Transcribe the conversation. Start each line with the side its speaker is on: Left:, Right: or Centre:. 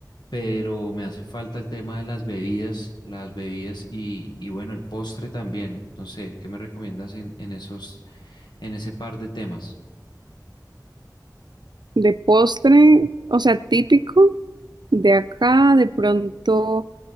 Left: pero me hace falta el tema de las bebidas, las bebidas y, y bueno, el postre también. No sé, ¿qué me recomiendas en, en esos, en ese par de temas?
Right: De postre, o sea, típico de acá, de pronto,